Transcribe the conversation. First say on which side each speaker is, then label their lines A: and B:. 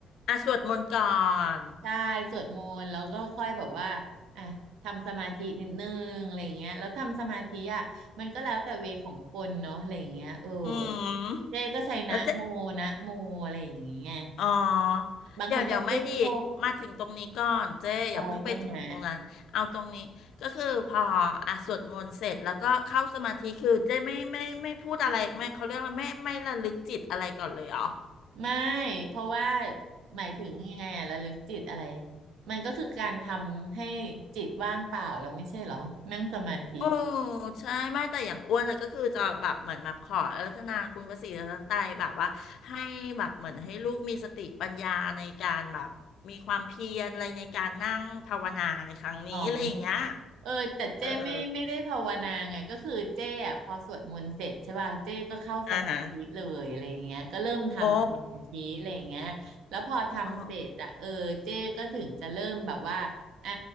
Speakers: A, on the left; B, on the right.
A: อ่ะสวดมนต์ก่อน
B: ใช่สวดมนต์แล้วก็ค่อยแบบว่าอ่ะทำสมาธินิดนึงอะไรเงี้ยแล้วทำสมาธิอ่ะมันก็แล้วแต่เวของคนเนาะอะไรเงี้ยเออ
A: อืม
B: เจ้ก็ใช้นะโมนะโมอะไรอย่างเงี้ย
A: แล้วเจ้ อ๋อ
B: บางคนก็พุทโธ
A: เดี๋ยวเดี๋ยวไม่ดีมาถึงตรงนี้ก่อนเจ๊อย่าเพิ่งไปถึงตรงนั้นเอาตรงนี้ก็คือพออ่ะสวดมนต์เสร็จแล้วก็เข้าสมาธิคือเจ๊ไม่ไม่ไม่พูดอะไรไม่เขาเรียกว่าไม่ไม่ระลึกจิตอะไรก่อนเลยเหรอ
B: อะไรตรงไหนไม่เพราะว่าหมายถึงยังไงอะระลึกจิตอะไรมันก็คือการทำให้จิตว่างเปล่าเราไม่ใช่เหรอนั่งสมาธิ
A: โอ้ใช่ไม่แต่อย่างอ้วนอะก็คือจะแบบเหมือนแบบขออรัตนาคุณพระศรีรัตนตรัยแบบว่าให้แบบเหมือนให้ลูกมีสติปัญญาในการแบบมีความเพียรอะไรในการนั่งภาวนาในครั้งนี้อะไรอย่างเงี้ย
B: อ๋อมเออแต่เจ้ไม่ไม่ได้ภาวนาไงก็คือเจ้อะพอสวดมนต์เสร็จใช่ป่ะเจ้ก็เข้าสมาธิเลยอะไรอย่างเงี้ยก็เริ่มทำสมาธิอะไรอย่างเงี้ยแล้วพอทำเสร็จอะเออเจ้ก็ถึงจะเริ่มแบบว่าอ่ะ
A: เอออ่าฮะ โอ้อ๋อ